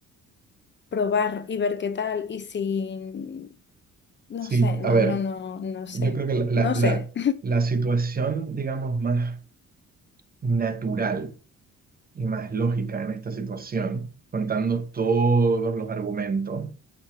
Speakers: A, on the left (about 40°); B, on the right (about 30°).
A: probar y ver qué tal. Y si, no
B: Sí,
A: sé, no,
B: a ver,
A: no, no, no sé.
B: yo creo que la, la,
A: No sé.
B: la la situación, digamos, más natural y más lógica en esta situación, contando todos los argumentos,